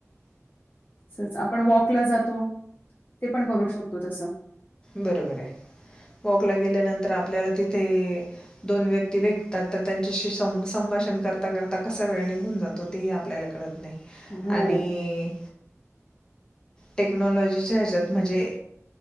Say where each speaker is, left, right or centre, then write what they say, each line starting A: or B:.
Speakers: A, on the left; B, on the left.
A: तसच आपण वॉकला जातो. ते पण करू शकतो तसं.
B: बरोबर आहे. वॉकला गेल्यानंतर आपल्याला तिथे दोन व्यक्ती भेटतात तर त्यांच्याशी संभ -संभाषण करता करता कसा वेळ निघून जातो. तेही आपल्याला कळत नाही.
A: हो,
B: आणि टेक्नॉलॉजीच्या ह्याच्यात म्हणजे.